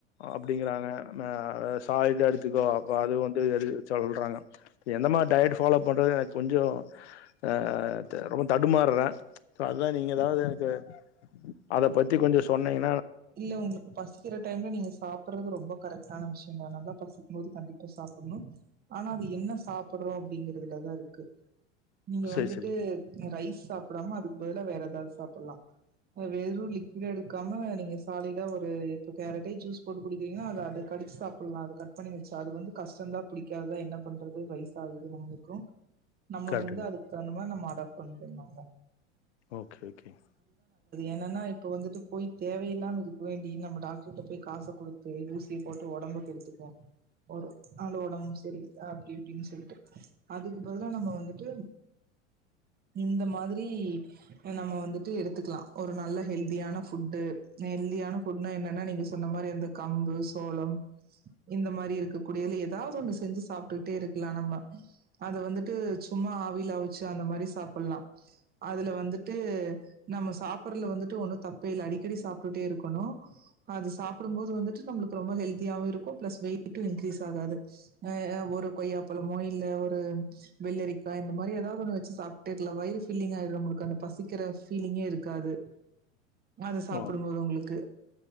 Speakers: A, on the left; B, on the right.
A: அப்டிங்கறாங்க மெ சா இத எடுத்துக்கோ அப்போ அது வந்து எடு சொல்றாங்க எந்த மார் டயட்டு ஃபாலோ பண்றதுன் எனுக் கொஞ்சோ அ த ரொம்ப தடுமார்றே சோ அத நீங்க எதாவ்து எனக்கு அத பத்தி கொஞ்சொ சொன்னீங்க
B: இல்ல உங்குளுக்கு பசிக்கிற டைம்ல நீங்க சாப்பட்றது ரொம்ப கரெக்டான விஷ் யந்தா நல்லா பசிக்ம்போது கண்டிப்பா சாப்புண்ணு ஆனா அது என்ன சாப்பட்றோ அப்டிங்கறதுலதா இருக்கு நீங்க
A: செரி
B: வந்துட்டு
A: செரி
B: அ ரைஸ் சாப்டாம அதுக் பதிலா வேற எதாவ்து சாப்பல்லா அ வெறு லிக்விட் எடுக்காம நீங்க சாலிடா ஒரு இப்போ கேரட்டே ஜூஸ் போட்டு குடிக்கிறீங்கன்னா அத அது கடிச்சு சாப்பல்லா அது கட் பண்ணி வெச்சா அது வந்து கஷ்டந்தா புடிக்காதா என்ன பண்றது வய்சு ஆகுது நம்புளுக்கு நம்ம
A: கரெக்ட்டுங்க
B: வந்து அதுக்கு தவுந்த <unintelligible> பண்ணிட்டு இருந்தாங்க
A: ஓகே ஓகேங்
B: என்னன்னா இப்ப வந்துட்டு போய் தேவையில்லாம துக்கு வேண்டி நம்ம டாக்ட்ருட்ட போய் காச குடுத்து ஊசிய போட்டு ஒடம்ப கெடுத்துக்வோ ஒரு நாளு ஒடம் செரி இல்ல அப்டி இப்டின் சொல்ட்டு அதுக்குப்பிறதா நம்ம வந்துட்டு இந்த மாதிரி அ நம்ம வந்துட்டு எடுத்துக்லா ஒரு நல்ல ஹெல்தியான ஃபுட்டு நெல்தியான ஃபுட்னா என்னன்னா நீங்க சொன்ன மாரி அந்த கம்பு சோளம் இந்த மாரி இருக்கக்கூடிய இல்ல எதாவ்து ஒண்ணு செஞ்சு சாப் ட்டுக்ட்டே இருக்லா நம்ம அத வந்துட்டு சும்மா ஆவில ஆவுச்சு அந்த மாரி சாப்பல்லா அதுல வந்துட்டு நம்ம சாப்பர்ல்ல வந்துட்டு ஒன்னு தப்பே இல்ல அடிக்கடி சாப் ட்டுட்டேருக்கணு அது சாப்டும் போது வந்துட்டு நம்புளுக்கு ரொம்ப ஹெல்த்தியாவு இருக்கு பிளஸ் வெயிட்டு இன்க்ரீஸ் ஆகாது அ ஒரு கொய்யா பழமோ இல்ல ஒரு வெள்ளரிக்காய் இந்த மாரி எதாவ்து ஒன்னு வெச்சி சாப்ட்டுக்கலா வயிறு ஃபில்லிங் ஆகாம இருக்கு அந்த பசிக்கிற ஃபீலிங்கே இருக்காது அதுஸ் ப்படும்போது
A: ஓ
B: உங்குளுக்கு